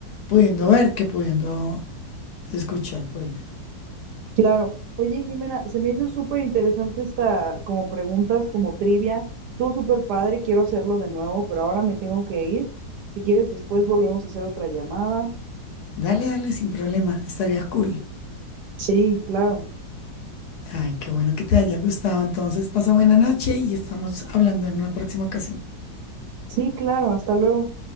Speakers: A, on the left; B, on the right.
A: pudiendo ver que pudiendo escuchar, pues.
B: Claro. Oye, Jimena, se me hizo súper interesante esta, como preguntas, como trivia. Estuvo súper padre, quiero hacerlo de nuevo, pero ahora me tengo que ir. Si quieres, después volvemos a hacer otra llamada.
A: Dale, dale, sin problema, estaría cool.
B: Sí, claro.
A: Ay, qué bueno que te haya gustado. Entonces, pasa buena noche y estamos hablando en una próxima ocasión.
B: Sí, claro. Hasta luego.